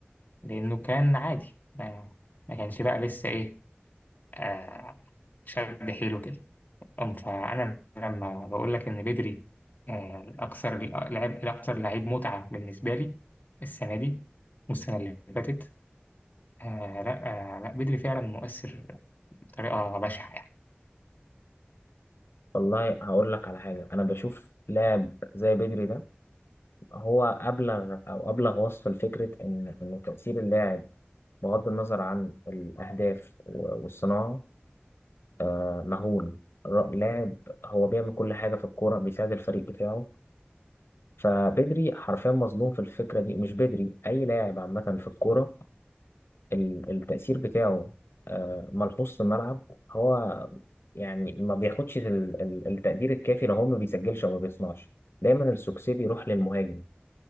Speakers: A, on the left; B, on the left.
A: لأنه كان عادي ما ما كانش بقى لسه إيه آه شد حيله كده أم فأنا لما بقول لك إن بدري آه الأكثر لعب الأكثر لعيب متعة بالنسبة لي السنة دي والسنة اللي فاتت آه لا آه لا بدري فعلا مؤثر بطريقة بشعة يعني
B: والله هقول لك على حاجة أنا بشوف لاعب زي بدري ده هو أبلغ أو أبلغ وصفا لفكرة إن إن تأثير اللاعب بغض النظر عن الأهداف و- والصناعة آه، مهول الر- اللاعب هو بيعمل كل حاجة في الكورة بيساعد الفريق بتاعه فبدري حرفيا مظلوم في الفكرة دي مش بدري أي لاعب عامة في الكورة ال- التأثير بتاعه آه، ملحوظ في الملعب هو يعني ما بياخدش ال- ال- التقدير الكافي لو هو ما بيسجلش أو ما بيصنعش دايما السوكسي بيروح للمهاجم